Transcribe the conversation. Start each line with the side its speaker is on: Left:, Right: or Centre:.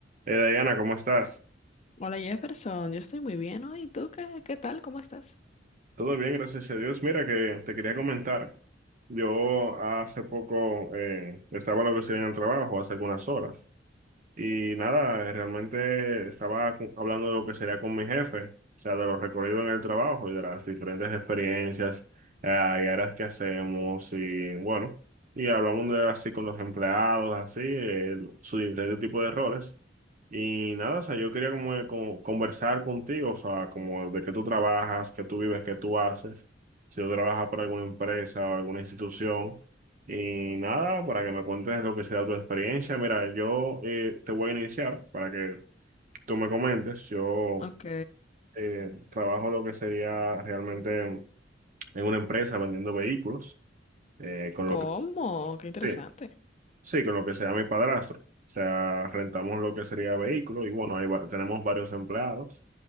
Right: Eh, Diana, ¿cómo estás?
Left: Hola Jefferson, yo estoy muy bien hoy. ¿Tú qué, qué tal? ¿Cómo estás?
Right: Todo bien, gracias a Dios. Mira que te quería comentar. Yo hace poco eh, estaba lo que sería en el trabajo, hace algunas horas. Y nada, realmente estaba con- hablando de lo que sería con mi jefe, o sea, de los recorridos en el trabajo y de las diferentes experiencias ah, y áreas que hacemos y bueno, y hablamos de así con los empleados, así, eh, su diferente tipo de roles. Y nada, o sea, yo quería como, eh, como conversar contigo, o sea, como de qué tú trabajas, qué tú vives, qué tú haces, si tú trabajas para alguna empresa o alguna institución. Y nada, para que me cuentes lo que sea tu experiencia. Mira, yo eh, te voy a iniciar para que tú me comentes. Yo
Left: Ok.
Right: eh, trabajo lo que sería realmente en una empresa vendiendo vehículos, eh, con
Left: ¿Cómo?
Right: lo que,
Left: Qué interesante.
Right: sí, sí, con lo que sea mi padrastro. O sea, rentamos lo que sería vehículos y bueno, ahí va- tenemos varios empleados.